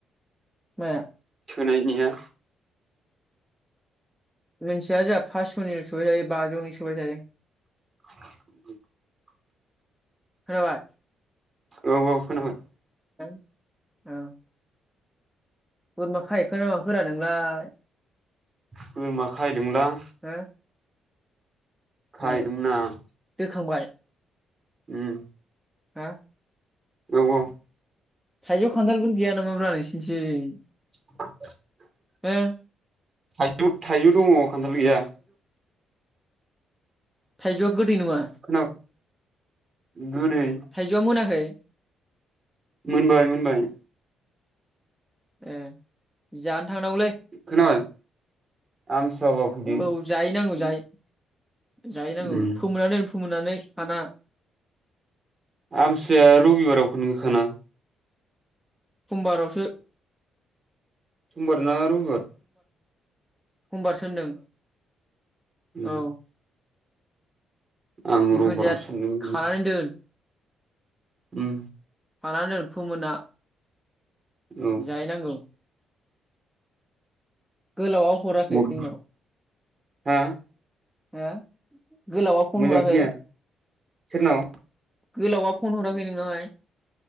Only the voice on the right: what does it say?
होनायनिया
<inaudible>
औ औ खोनाबाय।
बोरमा खाहैदोंमोनलां।
खाहैदोंमोन
आं
उम।
औ औ।
<inaudible>
थाइजौ थाइजौ दङ। खान्थाल गैया।
खोनाबाय गोदै
मोनबाय मोनबाय।
खोनाबाय आमथिसुवाबा फैदो
उम
आमसिसुआया रबिबाराव नो खाना?
समबार ना रबिबार?
उम
आं
रबिबाराव
सानदों बेखौनो
उम।
औ
गथ'फोर
हा।
मोजां
खोनाया सोरनाव।